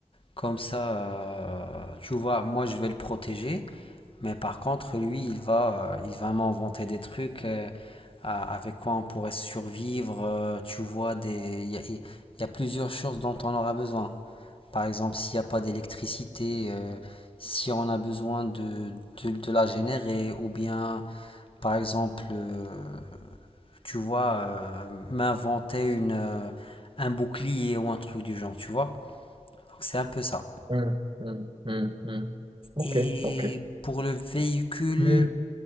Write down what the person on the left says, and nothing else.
Comme ça, euh, tu vois, moi je vais le protéger, mais par contre, lui, il va, euh, il va m'inventer des trucs euh, à- avec quoi on pourrait survivre. euh, tu vois, des, il y a, il y a plusieurs choses dont on aura besoin. Par exemple, s'il n'y a pas d'électricité, euh, si on a besoin de, de, de la générer, ou bien, par exemple, euh, tu vois, euh, m'inventer une, euh, un bouclier ou un truc du genre, tu vois. Donc, c'est un peu ça.
Et
pour le véhicule,